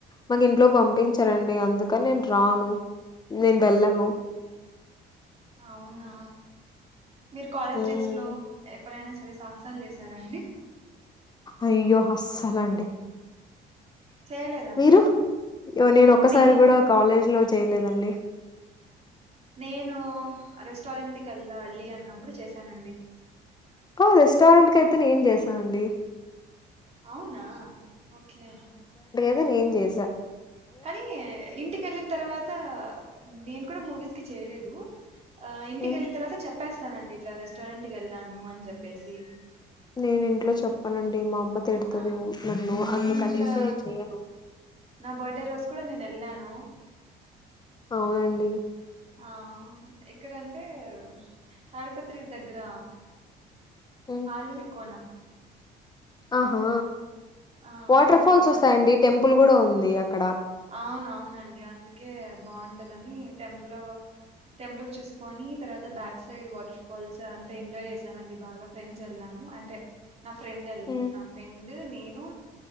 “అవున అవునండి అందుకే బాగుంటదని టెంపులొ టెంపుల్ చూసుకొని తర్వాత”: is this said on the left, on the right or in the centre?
Right